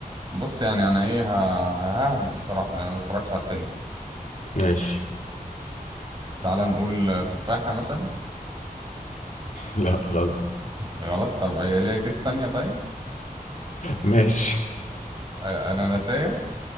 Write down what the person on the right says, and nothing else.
بص يعني انا ايه ه- ههبط بصراحه لان انا ما بتفرجش على التنس
تعال نقول آه، تفاحه مثلا
غلط طب هي ليها جيس تانية طيب
آه، اناناسيه